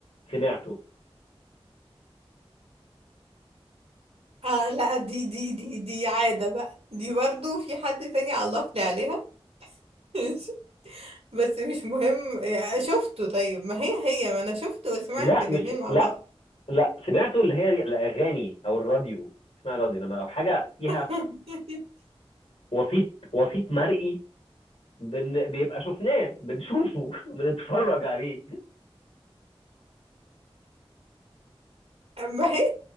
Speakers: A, on the left (about 80°); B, on the right (about 80°).
A: سمعته
B: آه لا دي دي دي دي عادة بقى دي برضو في حد تاني علق لي عليها <laughs> بس مش مهم يعني شفته طيب ما هي هي ما انا شفته وسمعت
A: لا
B: الاتنين
A: مش
B: مع
A: لا
B: بعض
A: لا سمعته اللي هي الاغاني او الراديو اسمها راديو انما لو حاجه فيها
B: <laughs>
A: وسيط وسيط مرئي بن... بيبقى شفناه بنشوفه <laughs> بنتفرج عليه
B: ما هي